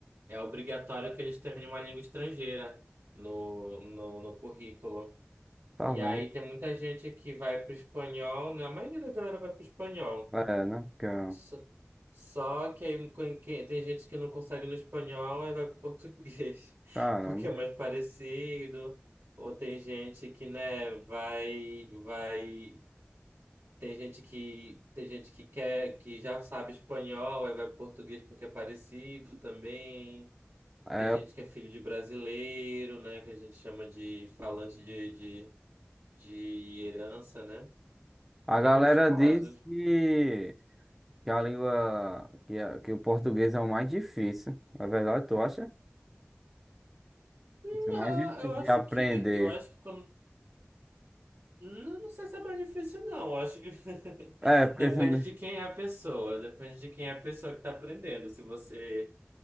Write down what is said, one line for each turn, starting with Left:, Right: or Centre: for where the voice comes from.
Right: É obrigatório que eles tenham uma língua estrangeira no, no, no currículo.
Centre: Tá
Right: E
Centre: vendo?
Right: aí tem muita gente que vai pro espanhol, né? A maioria da galera vai pro espanhol.
Centre: É, né? Que é-
Right: Só, só que aí com quem- tem gente que não consegue no espanhol e vai pro português,
Centre: Caramba.
Right: <laughs> porque é mais parecido. Ou tem gente que, né, vai, vai. Tem gente que, tem gente que quer, que já sabe espanhol, aí vai pro português porque é parecido também.
Centre: É,
Right: Tem gente que é filho de brasileiro, né? Que a gente chama de falante de, de, de herança, né?
Centre: a galera
Right: Tem muitos casos.
Centre: diz que, que a língua, que, a- que o português é o mais difícil. É verdade, tu acha?
Right: Não,
Centre: Isso é o mais difícil
Right: eu acho
Centre: de aprender.
Right: que. Eu acho que quando. Não, não sei se é mais difícil, não. Eu acho que <laughs>
Centre: É, porque
Right: depende
Centre: também.
Right: de quem é a pessoa. Depende de quem é a pessoa que tá aprendendo. Se você